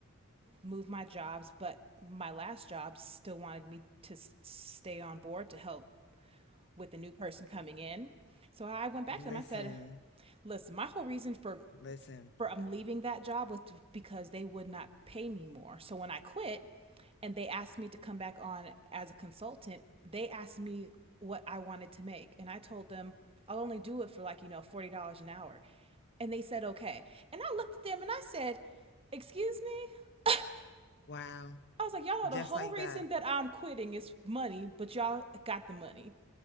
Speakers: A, on the right; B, on the left.
A: move my jobs, but my last job still wanted me to stay on board to help with the new person coming in. So I went back
B: Listen,
A: to them. I said, "Listen, my whole reason for
B: listen.
A: for I'm leaving that job was to- because they would not pay me more. So when I quit and they asked me to come back on as a consultant, they asked me what I wanted to make and I told them I'll only do it for like, you know, $40 an hour. And they said, "Okay." And I looked at them and I said, "Excuse me?"
B: Wow.
A: I was like, "Y'all know
B: Just
A: the whole
B: like
A: reason
B: that.
A: that I'm quitting is money, but y'all got the money."